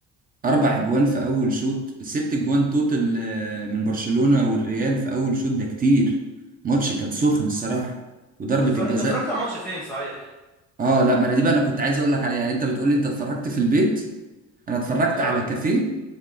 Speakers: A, on the right; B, in the centre.
A: اربع اجوان في اول شوط ست اجوان توتال آه، من برشلونة والريال في اول شوط ده كتير ماتش كان سخن الصراحة وضربة
B: انت اتفرج...
A: الجزاء
B: انت اتفرجت على الماتش فين صحيح
A: اه لا ما انا دي بقى انا كنت عايز اقول لك عليها يعني انت بتقول لي انت اتفرجت في البيت انا اتفرجت
B: اه
A: على كافيه